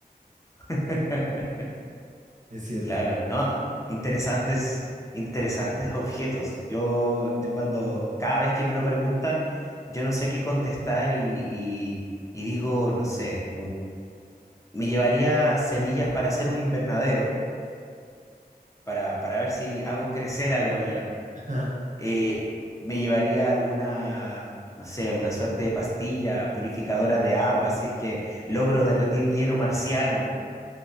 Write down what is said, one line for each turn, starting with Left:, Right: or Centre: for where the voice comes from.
Left: <laughs>
Right: Es cierto.
Left: Claro, no, interesantes, interesantes objetos. Yo, yo cuando, cada vez que me lo preguntan, yo no sé qué contestar y, y- y digo, no sé, me llevaría semillas para hacer un invernadero, para, para ver si hago crecer algo allá.
Right: <laughs>
Left: Eh, me llevaría alguna, no sé, una suerte de pastilla purificadora de agua, si es que logro derretir hielo marciano.